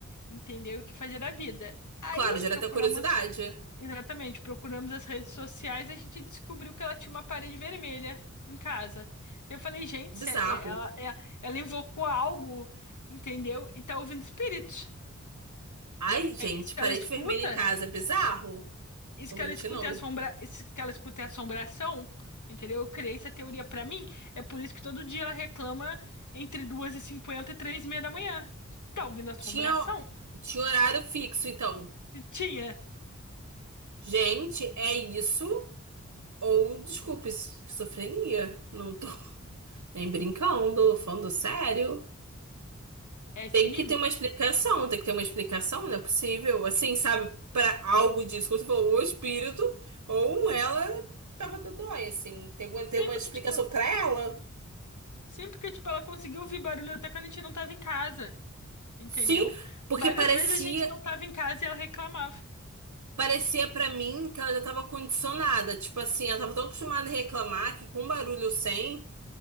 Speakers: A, on the left (about 85°); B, on the right (about 75°).
A: entender o que fazer da vida. Aí
B: claro, gera
A: procuramos,
B: até curiosidade. É
A: exatamente, procuramos as redes sociais, e a gente descobriu que ela tinha uma parede vermelha em casa. Eu falei, gente,
B: Bizarro.
A: se é- é- ela, é- ela invocou algo, entendeu? E tá ouvindo espíritos.
B: Ai, gente,
A: É isso que
B: parede
A: ela escuta?
B: vermelha em casa, é bizarro.
A: isso
B: Vou
A: que
B: mentir,
A: ela escuta
B: não.
A: é assombra... isso que ela escuta é assombração, entendeu? Eu criei essa teoria pra mim. É por isso que todo dia ela reclama entre duas e cinquenta e três h 30 da manhã. Tá ouvindo assombração?
B: Tinha, tinha horário fixo, então.
A: Tinha
B: Gente, é isso? Ou, desculpe, esquizofrenia. Não tô nem brincando, falando sério.
A: é esse
B: Tem
A: nível?
B: que ter uma explicação, tem que ter uma explicação, não é possível. Assim, sabe, para algo disso, como você falou, ou o espírito, ou ela tava dodói, assim. Tem que
A: Sempre
B: ter uma explicação
A: que, tipo,
B: para ela.
A: sempre que, tipo, ela conseguiu ouvir barulho até quando a gente não tava em casa, entendeu?
B: Sim, porque
A: Várias
B: parecia,
A: vezes a gente não tava em casa e ela reclamava.
B: parecia para mim que ela já tava condicionada. Tipo assim, ela tava tão acostumada a reclamar que com barulho sem.